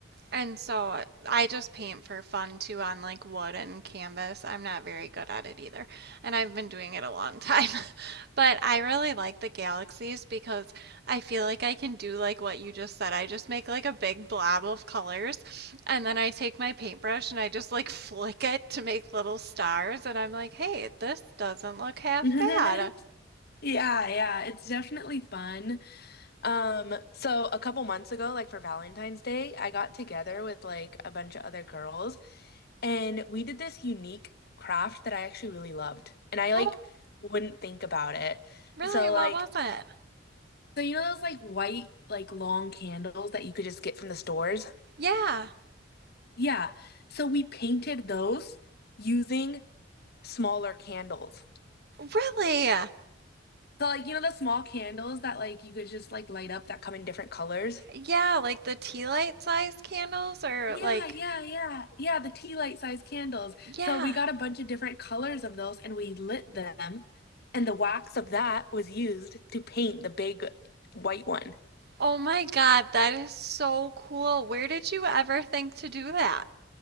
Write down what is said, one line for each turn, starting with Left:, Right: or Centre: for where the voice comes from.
Right: And so I just paint for fun too on like wood and canvas. I'm not very good at it either. And I've been doing it a long time. <laughs> But I really like the galaxies because I feel like I can do like what you just said. I just make like a big blob of colors and then I take my paintbrush and I just like <laughs> flick it to make little stars. And I'm like, hey, this doesn't look half
Left: <laughs>
Right: bad.
Left: Yeah, yeah, it's definitely fun. Um, so a couple months ago, like for Valentine's Day, I got together with like a bunch of other girls and we did this unique craft that I actually really loved. And I like
Right: Oh,
Left: wouldn't think about it.
Right: really?
Left: So
Right: What
Left: like
Right: was it?
Left: so you know those like white like long candles that you could just get from the stores?
Right: Yeah,
Left: Yeah. So we painted those using smaller candles.
Right: really?
Left: So like you know the small candles that like you could just like light up that come in different colors?
Right: Yeah, like the tea light sized candles or
Left: Yeah,
Right: like,
Left: yeah, yeah. Yeah, the tea light size candles.
Right: yeah.
Left: So we got a bunch of different colors of those and we lit them. And the wax of that was used to paint the big white one.
Right: Oh my God, that is so cool. Where did you ever think to do that?